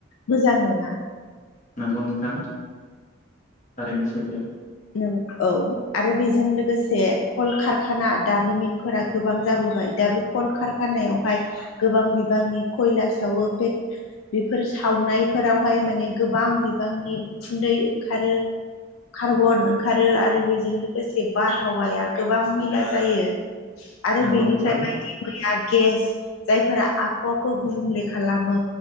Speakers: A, on the left (about 75°); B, on the left (about 40°).
A: मोजां नङा।
B: नंगौ नोंथां थारैनो सैथो।
A: नों औ आरो बेजों लोगोसे कल खारखाना दारिमिनफोरा गोबां जाबोबाय दा बे कल खारखानायावहाय गोबां बिबांनि खयला सावो बे बेफोर सावनायफोरावहाय माने गोबां बिबांनि उखुन्दै ओंखारो। कार्बन ओंखारो आरो बेजों लोगोसे बारहावाया गोबां मैला जायो। आरो
B: नंगौ
A: बेनिफ्राय
B: नोंथां
A: बायदि मैया गेस जायफोरा आबहावाखौ गुबुंले खालामो